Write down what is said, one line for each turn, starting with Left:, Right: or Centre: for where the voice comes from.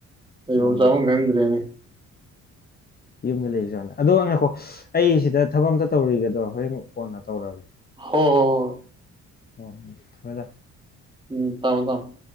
Right: ꯂꯩꯩꯐꯝ
Left: ꯎꯝ
Right: ꯆꯥꯐꯝ ꯈꯪꯗ꯭ꯔꯦꯅꯦ
Left: ꯌꯨꯝꯗ ꯂꯩꯕꯖꯥꯠꯂꯥ ꯑꯗꯣ ꯉꯥꯏꯀꯣ ꯑꯩ ꯁꯤꯗ ꯊꯕꯛ ꯑꯝꯇ ꯇꯧꯔꯨꯈꯤꯒꯦ ꯍꯣꯔꯦꯟ ꯀꯣꯟꯅ ꯇꯧꯔꯛꯑꯒꯦ
Right: ꯍꯣꯍꯣꯍꯣ
Left: ꯑꯣ ꯊꯝꯃꯦ ꯊꯝꯃꯦ
Right: ꯎꯝ ꯇꯥꯃꯣꯇꯥꯃꯣ